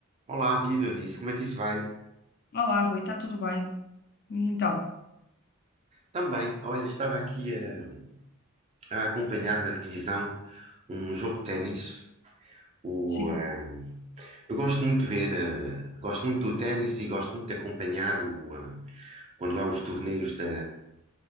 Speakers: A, on the right; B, on the left.
A: Olá, viva Eunice, como é que isso vai?
B: Olá, Rui, está tudo bem? E Então,
A: Também, olha, estava aqui a, a acompanhar na televisão um jogo de ténis. O,
B: sim.
A: eh, eu gosto muito de ver, eh, gosto muito do ténis e gosto muito de acompanhar o, eh, quando há os torneios da,